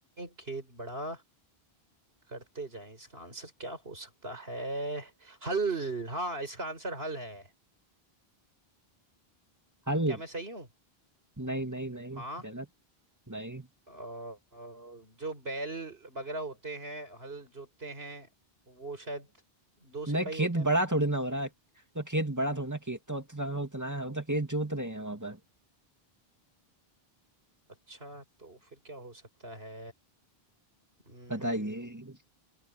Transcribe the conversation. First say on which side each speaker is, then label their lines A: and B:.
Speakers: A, on the right; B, on the right.
A: खेत बड़ा करते जाएं इसका आंसर क्या हो सकता है हल हाँ इसका आंसर हल है
B: हल
A: क्या मैं सही हूँ
B: नहीं नहीं नहीं
A: हाँ
B: गलत नहीं
A: अ, अ, जो बैल वगैरह होते हैं हल जोतते हैं वो शायद दो
B: नहीं
A: सिपाही
B: खेत
A: होते हैं ना
B: बड़ा थोड़ी ना हो रहा है तो खेत बड़ा थोड़ी ना खेत तो उतना उतना है वो तो खेत जोत रहे हैं वहां पर
A: अच्छा तो फिर क्या हो सकता है हम्म,
B: बताइए